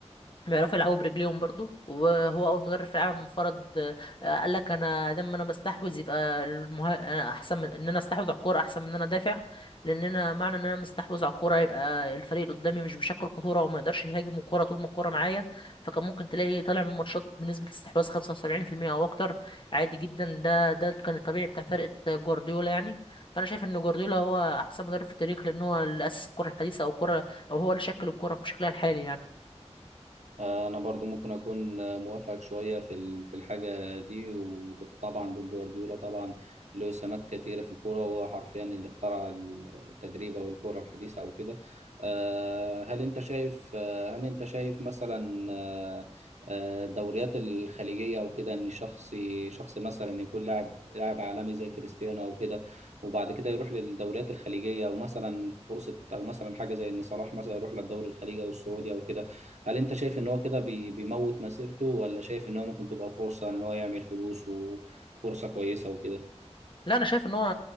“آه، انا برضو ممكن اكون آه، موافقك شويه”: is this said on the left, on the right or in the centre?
Right